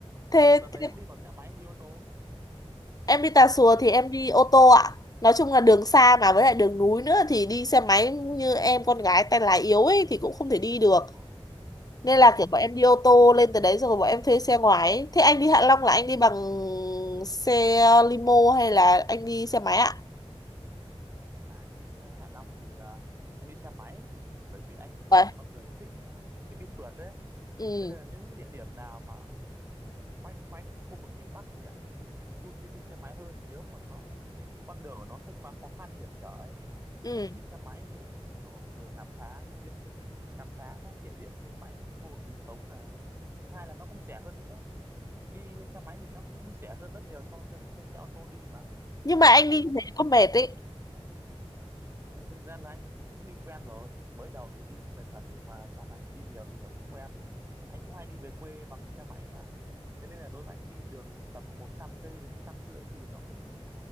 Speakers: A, on the left (about 35°); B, on the right (about 25°).
A: thế,
B: đợt đấy
A: thế
B: em đi bằng xe máy hay đi ô tô
A: em đi Tà Xùa thì em
B: à, s-
A: đi ô tô ạ nói chung là đường xa
B: ừ,
A: mà với lại đường núi nữa thì đi xe máy như em con gái tay lái yếu ấy thì cũng không thể đi được
B: đúng rồi
A: nên
B: đúng
A: là
B: rồi
A: kiểu bọn em đi ô tô lên từ đấy rồi bọn em thuê xe ngoài ấy. thế anh đi Hạ Long là anh
B: ừ.
A: đi bằng xe limo hay là anh đi xe máy ạ
B: à, anh đi ờ, Hạ Long thì ờ, anh đi xe máy bởi vì anh cũng
A: vậy
B: là một con người thích ờ, thích đi phượt đấy
A: ừ
B: thế nên là những địa điểm nào mà quanh quanh khu vực miền Bắc thì anh ưu tiên đi xe máy hơn nếu mà nó con đường của nó không quá khó khăn hiểm trở ấy
A: ừ
B: thì anh sẽ đi xe máy để kiểu vừa khám phá thiên nhiên xung khám phá các địa điểm xung quanh khu vực mình sống này thứ hai là nó cũng rẻ hơn nữa đi xe máy thì nó cũng rẻ hơn rất nhiều so với việc thuê xe ô tô đi mà
A: nhưng mà anh
B: anh
A: đi
B: cũng
A: thế có mệt ấy
B: ừ, thực ra là anh cũng đi quen rồi mới đầu thì đi cũng mệt thật nhưng mà sau này đi nhiều thì nó cũng quen anh cũng hay đi về quê bằng xe máy mà thế nên là đối với anh đi đường tầm 100 cây đến trăm rưỡi thì nó cũng